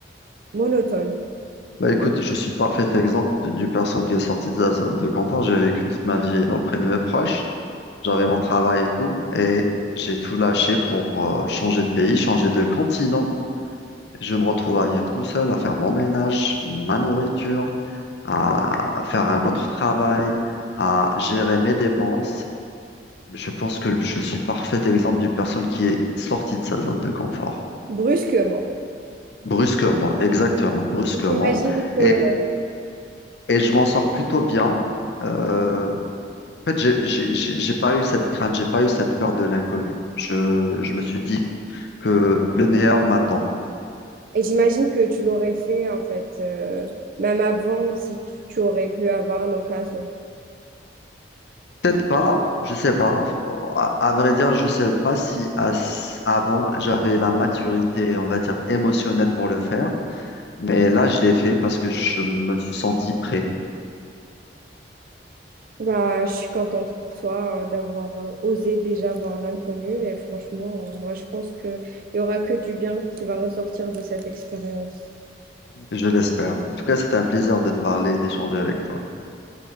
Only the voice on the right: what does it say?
monotone,
brusquement.
J'imagine que,
et j'imagine que tu l'aurais fait en fait, euh, même avant, si tu, tu aurais pu avoir l'occasion.
Bah, je suis contente pour toi euh, d'avoir euh, osé déjà voir l'inconnu et franchement, euh, moi je pense qu'il y aura que du bien qui va ressortir de cette expérience.